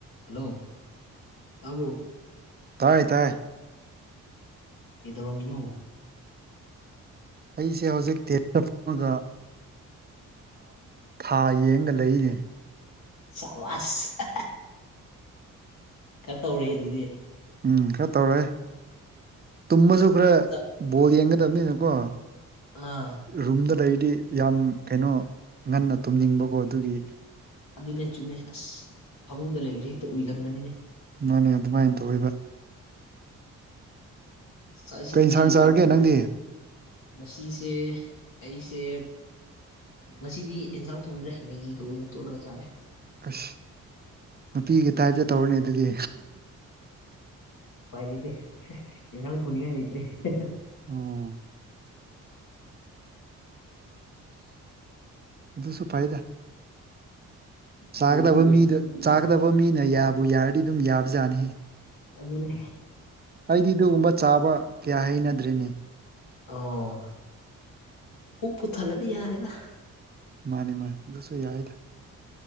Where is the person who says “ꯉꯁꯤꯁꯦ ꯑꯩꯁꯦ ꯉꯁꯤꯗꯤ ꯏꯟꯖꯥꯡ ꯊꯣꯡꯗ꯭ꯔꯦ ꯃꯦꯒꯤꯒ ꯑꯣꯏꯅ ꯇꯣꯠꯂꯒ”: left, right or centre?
Left